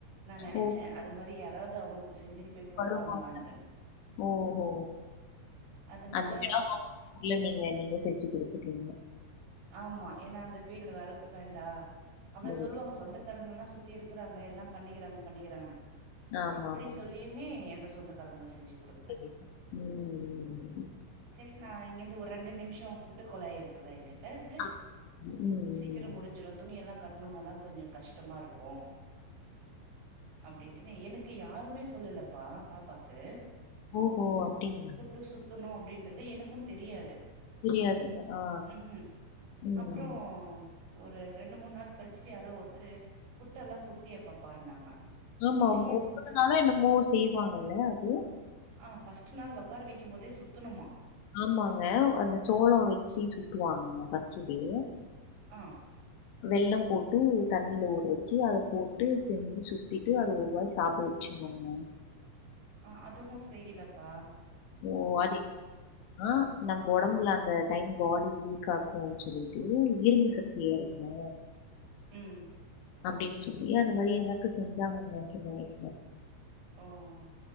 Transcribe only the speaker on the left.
ஓ!
வருவாங்க ஓஹோ
அந்த எடோ ல நீங்க நீங்க செஞ்சு குடுத்துட்றிங்க
ஓகே.
ஆமாமா.
கண்டிப்பா. ம்.
ஆ. ம், ம்.
ஓஹோ அப்டிங்
தெரியாதுங்க. ஆ.
ம்.
ஆமா
ஆமா ஒம்போது
நாளோ என்னமோ செய்வாங்கல்ல அது
ஆமாங்க அந்த சோளோ வெச்சி சுத்துவாங்க ஃபர்ஸ்ட் டே
வெள்ளம் போட்டு தண்ணில ஊற வெச்சு அத போட்டு செஞ்சு சுத்திட்டு அத ஒருவாய் சாப்ட வெ வெச்சிடுவாங்க
ஓ ஆதி ஆ நம்ப ஒடம்புல அந்த டைம் பாடி வீக் ஆக்கு சொல்லிட்டு இரும்பு சக்தி ஏறணு
அப்டின் சொல்லி அது மாரி எனக் செஞ்சாங்கங்க சின்ன வயசுல